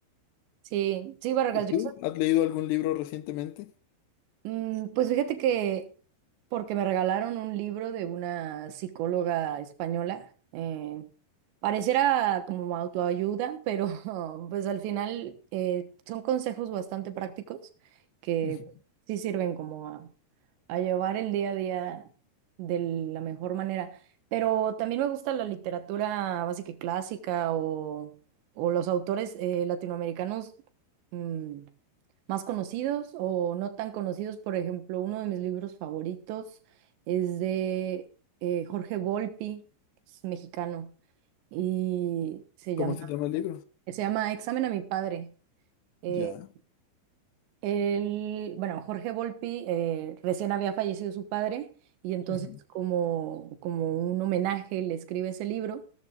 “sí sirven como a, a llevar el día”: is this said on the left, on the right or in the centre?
Right